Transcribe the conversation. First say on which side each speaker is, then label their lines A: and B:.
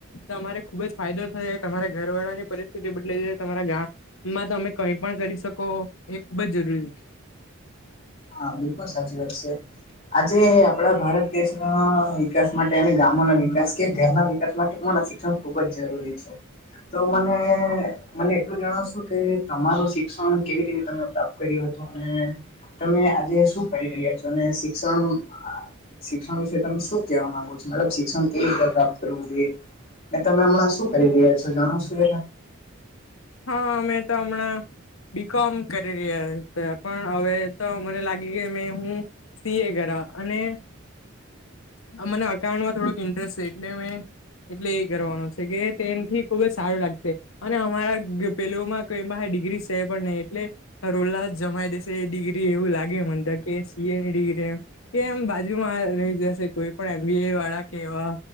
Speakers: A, on the left; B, on the left.
A: તમારે ખુબ જ ફાયદો થશે તમારા ઘરવાળાની પરિસ્થિતિ બદલાઈ તમારા ગામ. માં તમે કઈ પણ કરી શકો એ ખુબ જ જરૂરી છે.
B: હા એ પણ સાચી વાત છે. આજે આપડા ભારત દેશ ના વિકાસ માટે અને ગામો ના વિકાસ કે ઘરના વિકાસ માટે કો ના શીખ ખૂબ જ જરૂરી છે તો મને મને એટલું જણાવશો કે તમારું શિક્ષણ કેવી રીતે તમે પ્રાપ્ત કર્યું હતું અને તમે આજે શું કરી રહ્યા છો અને શિક્ષણ શિક્ષણ વિશે તમે શું કેવા માંગો છોડ શિક્ષણ કેવી રીતે પ્રાપ્ત કરવું જોઈએ. ને તમે હમણાં શું કરી રહ્યા છો જાણો છો એ
A: હા અમે તો હમણાં બી. કોમ કરી રહ્યા છે પણ હવે તો મને લાગે કે મે હું સી એ કરા અને હ મને અકાઉન્ટમાં થોડુંક ઇન્ટરેસ્ટ છે એટલે મે એટલે એ કરવાનું છે કે તેનાથી ખુબ જ સારું લાગશે. અને અમારા પેલમાં કઈમા ડિગ્રી છે પણ નહી એટલે રોલા જ જમાઈ દેશે એ ડિગ્રી એવું લાગે મને તો કે સીએની ડિગ્રી કે એમ બાજુમાં રહી જશે કોઈ પણ એમબી એ વાળા કેવા